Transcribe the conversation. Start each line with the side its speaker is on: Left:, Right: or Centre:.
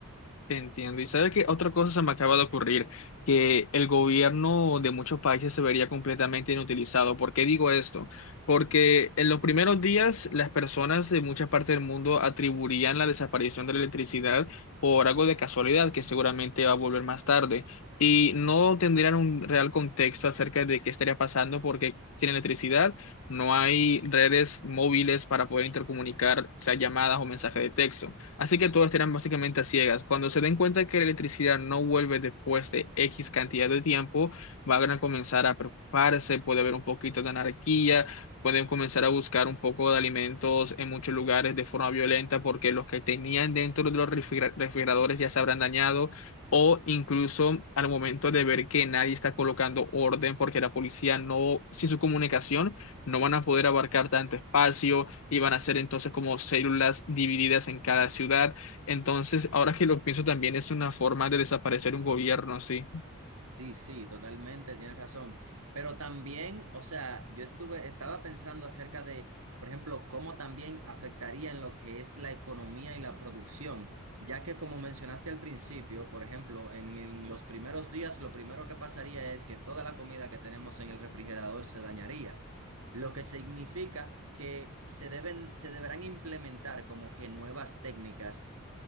Left: Entiendo. Y sabe que otra cosa se me acaba de ocurrir, que el gobierno de muchos países se vería completamente inutilizado. ¿Por qué digo esto? Porque en los primeros días las personas de muchas partes del mundo atribuirían la desaparición de la electricidad por algo de casualidad que seguramente va a volver más tarde y no tendrían un real contexto acerca de qué estaría pasando porque sin electricidad no hay redes móviles para poder intercomunicar, sea llamadas o mensajes de texto. Así que todos estarán básicamente a ciegas. Cuando se den cuenta que la electricidad no vuelve después de X cantidad de tiempo, van a comenzar a preocuparse, puede haber un poquito de anarquía, pueden comenzar a buscar un poco de alimentos en muchos lugares de forma violenta porque los que tenían dentro de los refriger- refrigeradores ya se habrán dañado. O incluso al momento de ver que nadie está colocando orden porque la policía no, sin su comunicación, no van a poder abarcar tanto espacio y van a ser entonces como células divididas en cada ciudad. Entonces, ahora que lo pienso también es una forma de desaparecer un gobierno, sí,
Right: Sí, sí, totalmente, tienes razón. Pero también, o sea, yo estuve, estaba pensando acerca de, por ejemplo, cómo también afectaría en lo que es la economía y la producción, ya que como mencionaste al principio, por ejemplo, en, en los primeros días lo primero que pasaría es que toda la comida que tenemos en el refrigerador se dañaría, lo que significa que se deben, se deberán implementar como que nuevas técnicas